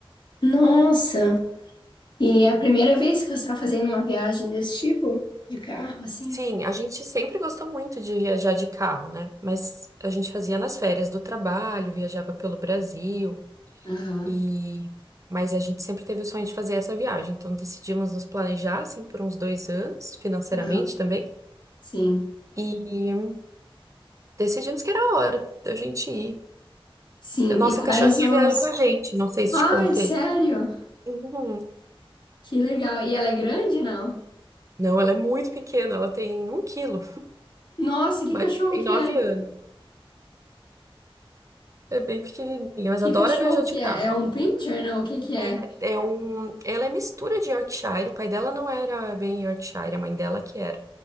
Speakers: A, on the left; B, on the right.
A: Nossa! E é a primeira vez que você tá fazendo uma viagem desse tipo? De carro, assim?
B: Sim, a gente sempre gostou muito de viajar de carro, né? Mas a gente fazia nas férias do trabalho, viajava pelo Brasil
A: Aham,
B: e mas a gente sempre teve o sonho de fazer essa viagem, então decidimos nos planejar assim por uns dois anos, financeiramente
A: aham.
B: também,
A: Sim,
B: e decidimos que era a hora da gente ir.
A: sim.
B: A nossa
A: E quais
B: cachorrinha
A: os...
B: viaja com a gente, não sei se
A: Ai,
B: te contei.
A: sério?
B: Uhum.
A: Que legal. E ela é grande, não?
B: Não, ela é muito pequena, ela tem um quilo,
A: Nossa, que
B: mas
A: cachorro
B: ela tem
A: que
B: nove
A: é?
B: anos. É bem pequenininha, mas
A: Que
B: adora
A: cachorro
B: viajar
A: que
B: de carro.
A: é? É um pincher, não? O que que é?
B: É, é um, ela é mistura de Yorkshire. O pai dela não era bem Yorkshire, a mãe dela que era.